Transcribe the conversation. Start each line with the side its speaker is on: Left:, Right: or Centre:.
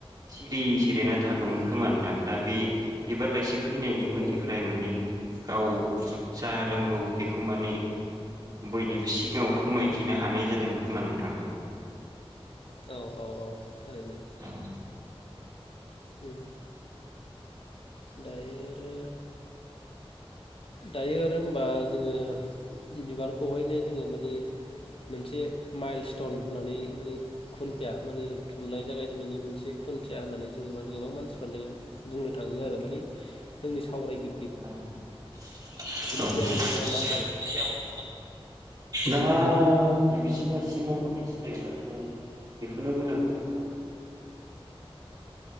Right: सिरि जि देना थागौमोन
Left: उम
Right: खोमा नोंथां दा बे बिबार लाइसिफो फैनायनि उननिफ्राय
Left: औ
Right: माने गाव जा रोंगौ बेखौ माने बयनिबो सि सिगाङाव फोरमायथिनो
Left: उम
Right: हानाय जादों खोमानो। थां।
Left: औ। औ औ थारैनो
Right: औ।
Left: उम। दायोे आरो दायो आरो होमबा जोङो बिबारखौहायनो जोङो माने मोनसे माइल स्टन होननानै माने खुन्थिया माने थुनलाइ जागायजेननानै मोनसे खुन्थिया होननानै। जेनेबा गोबां
Right: औ
Left: मानसिफ्रानो बुंनो थाङ बिदिनो आरो माने जोंनि सावरायगि
Right: औ। औ <unintelligible>
Left: सायाव नोंथाङा मा सानो
Right: दा गिबिसिना एसे मावहरै सोयोबाथ बेखौनो बुंनांगो नोंथां।